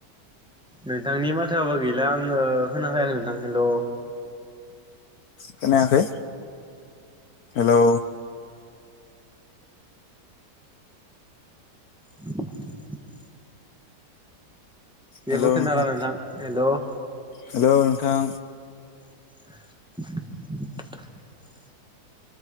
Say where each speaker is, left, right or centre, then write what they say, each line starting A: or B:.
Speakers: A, in the centre; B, on the left.
A: नोंथांनि माथोआबो गैला आङो खोनाफैयाखै नोंथां हेलौ।
B: खोनायाखै हेलौ।
A: <inaudible> जेबो
B: हेलौ
A: खोनाला
B: नोंथां
A: हेल'
B: हेलौ नोंथां।
A: <inaudible>